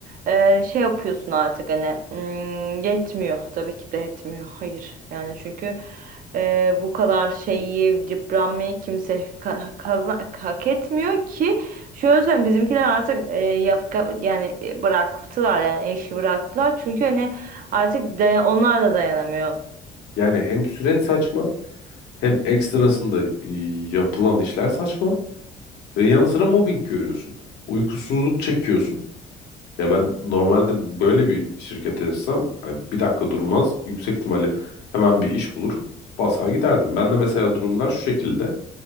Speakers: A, on the right; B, on the left.
A: eee, şey yapıyorsun artık hani hmm, yetmiyor tabii ki de yetmiyor hayır yani çünkü eee, bu kadar şeyi yıpranmayı kimse ka- kaza- hak etmiyor ki şöyle söyleyeyim bizimkiler artık eee, yafka yani e, bıraktılar yani eşi bıraktılar çünkü hani artık dayan- onlar da dayanamıyor.
B: Yani hem süreç saçma hem ekstrasında e, yapılan işler saçma ve yanı sıra mobbing görüyorsun. Uykusuzluk çekiyorsun. Ya ben normalde böyle bir şirkete etsem hani bir dakika durmaz. Yüksek ihtimalle hemen bir iş bulur basar giderdim. Ben de mesela durumlar şu şekilde.